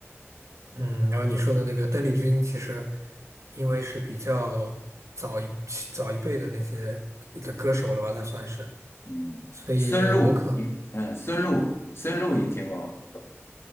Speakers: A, on the right; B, on the left.
A: 嗯，然后你说的那个邓丽君，其实因为是比较早一早一辈的那些的歌手了吧，她算是，
B: 嗯，
A: 所以我可
B: 孙露，你嗯，孙露，孙露你听过